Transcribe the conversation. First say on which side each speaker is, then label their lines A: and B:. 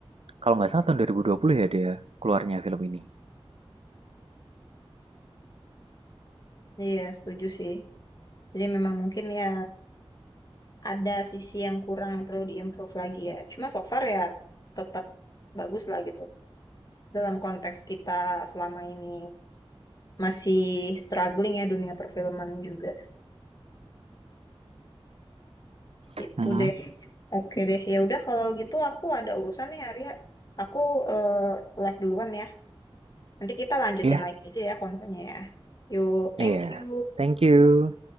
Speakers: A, on the right; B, on the left.
A: Kalau nggak salah tahun 2020 ya dia keluarnya film ini.
B: Iya, setuju sih. Jadi memang mungkin ya ada sisi yang kurang yang perlu diimprove lagi ya. Cuma so far ya tetap bagus lah gitu. Dalam konteks kita selama ini masih struggling ya dunia perfilman juga.
A: Mm-mm.
B: Itu
A: Iya, mm-hmm.
B: deh. Oke deh. Ya udah kalau gitu aku ada urusan nih Arya. Aku eh, live duluan ya. Nanti kita lanjutin
A: yeah.
B: lagi aja ya kontennya ya. Yuk, thank
A: iya. Yeah.
B: you.
A: Thank you.